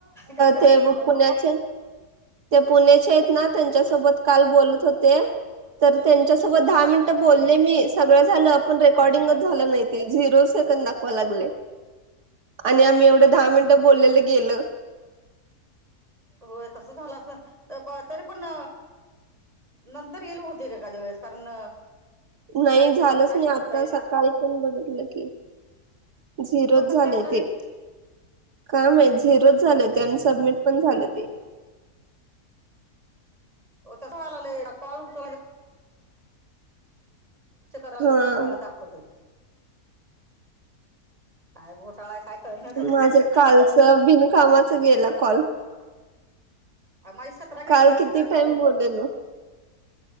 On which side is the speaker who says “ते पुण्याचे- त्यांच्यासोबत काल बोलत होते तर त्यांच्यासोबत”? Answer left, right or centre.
Right